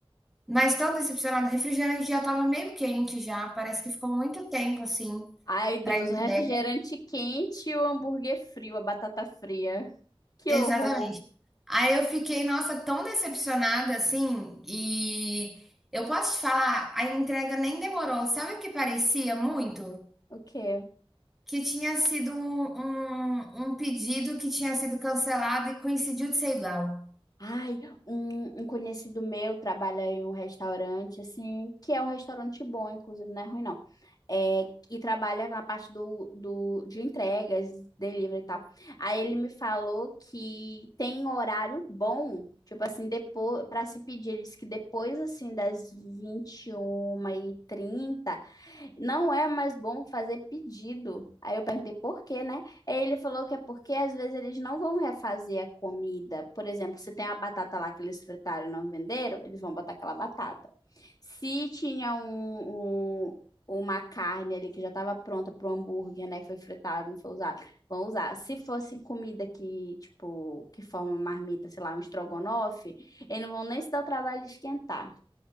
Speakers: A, in the centre; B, on the left.
A: Mas tão decepcionada, o refrigerante já estava meio quente já, parece que ficou muito tempo assim
B: Ai, Deus,
A: para entrega.
B: o refrigerante quente e o hambúrguer frio, a batata fria. Que
A: Exatamente.
B: horror.
A: Aí eu fiquei, nossa, tão decepcionada assim, e eu posso te falar, a entrega nem demorou. Sabe o que parecia muito?
B: O quê?
A: Que tinha sido um, um um pedido que tinha sido cancelado e coincidiu de ser igual.
B: Ai, um, um conhecido meu trabalha em um restaurante, assim, que é um restaurante bom, inclusive, não é ruim, não. É, e trabalha na parte do, do, de entregas, delivery e tal. Aí ele me falou que tem horário bom, tipo assim, depois, para se pedir, ele disse que depois, assim, das vinte e uma e trinta não é mais bom fazer pedido. Aí eu perguntei por quê, né? Aí ele falou que é porque às vezes eles não vão refazer a comida. Por exemplo, se tem a batata lá que eles fritaram e não venderam, eles vão botar aquela batata. Se tinha um, um- uma carne ali que já estava pronta para o hambúrguer, né, que foi fritado, não foi usado, vão usar. Se fosse comida que, tipo, que forma marmita, sei lá, um estrogonofe, eles não vão nem se dar o trabalho de esquentar.